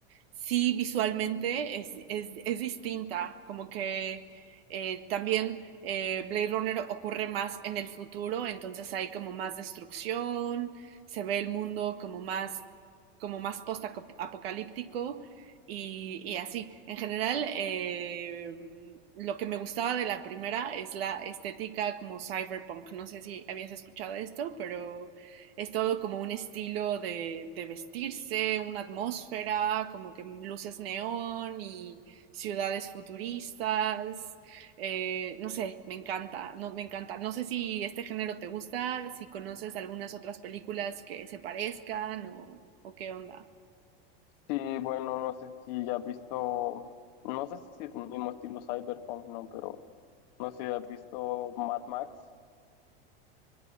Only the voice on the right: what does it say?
sí, visualmente es, es, es distinta, como que eh, también eh, Blade Runner ocurre más en el futuro, entonces hay como más destrucción, se ve el mundo como más, como más post-apocalíptico y, y, así. En general, eh, lo que me gustaba de la primera es la estética como cyberpunk. No sé si habías escuchado esto, pero es todo como un estilo de, de vestirse, una atmósfera, como que luces neón y ciudades futuristas. Eh, no sé, me encanta, no, me encanta. No sé si este género te gusta, si conoces algunas otras películas que se parezcan o, o qué onda.